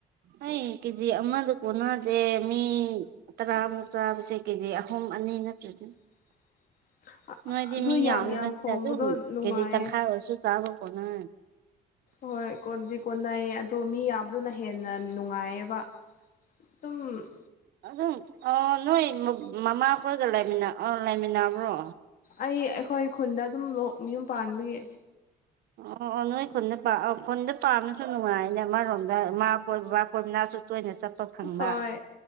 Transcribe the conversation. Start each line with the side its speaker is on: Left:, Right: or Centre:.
Right: ꯑꯩ ꯀꯦꯖꯤ ꯑꯃꯗ ꯀꯣꯟꯅꯁꯦ ꯃꯤ ꯇꯔꯥꯃꯨꯛ ꯆꯥꯕꯁꯦ ꯀꯦꯖꯤ ꯑꯍꯨꯝ ꯑꯅꯤ ꯅꯠꯇ꯭ꯔꯗꯤꯅ
Left: <inaudible>
Right: ꯅꯣꯏꯗꯤ
Left: ꯑꯗꯨ
Right: ꯃꯤ
Left: ꯌꯥꯝ
Right: ꯌꯥꯝꯕꯅꯤꯅ
Left: ꯌꯥꯝ ꯊꯣꯡꯕꯗꯣ
Right: ꯑꯗꯨꯝ
Left: ꯅꯨꯡꯉꯥꯏꯌꯦ
Right: ꯀꯦꯖꯤ ꯇꯪꯈꯥꯏ ꯑꯣꯏꯔꯁꯨ ꯆꯥꯕꯀꯣꯠꯅ
Left: ꯍꯣꯏ ꯀꯣꯟꯗꯤ ꯀꯣꯟꯅꯩꯌꯦ ꯑꯗꯣ ꯃꯤ ꯌꯥꯝꯕꯗꯨꯅ ꯍꯦꯟꯅ ꯅꯨꯡꯉꯥꯏꯌꯦꯕ ꯑꯗꯨꯝ
Right: ꯑꯗꯨꯝ ꯑꫭ ꯅꯣꯏ ꯃꯃꯥꯈꯣꯏꯒ ꯂꯩꯃꯤꯟꯅ ꯑ ꯂꯩꯃꯤꯟꯅꯕ꯭ꯔꯣ
Left: ꯑꯩ ꯑꯩꯈꯣꯏ ꯈꯨꯟꯗ ꯑꯗꯨꯝ ꯌꯨꯝ ꯄꯥꯟꯕꯒꯤ
Right: ꯑꯣ ꯑꯣ ꯅꯣꯏ ꯈꯨꯟꯗ ꯄꯥ ꯈꯨꯟꯗ ꯄꯥꯝꯅꯁꯨ ꯅꯨꯡꯉꯥꯏꯅꯦ ꯑꯃꯔꯣꯝꯗ ꯏ ꯃꯥꯥ ꯀꯣꯏ ꯕꯕꯥ ꯀꯣꯏꯕꯅꯥꯁꯨ ꯇꯣꯏꯅ ꯆꯠꯄ ꯐꯪꯕ
Left: ꯍꯣꯏ